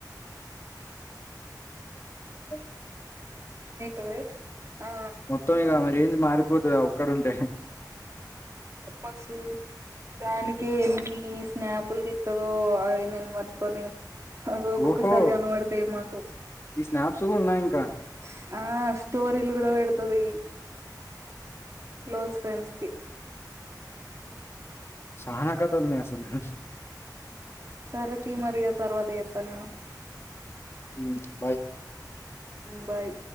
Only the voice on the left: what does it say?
అ
మొత్తం ఇక మారేంది మారిపోతుందా ఒక్కడంటే
ఓహో
ఈ స్నాప్స్
కూడా ఉన్నాయి ఇంకా
చానా కథలు నేర్సి <unintelligible>
ఉ బాయ్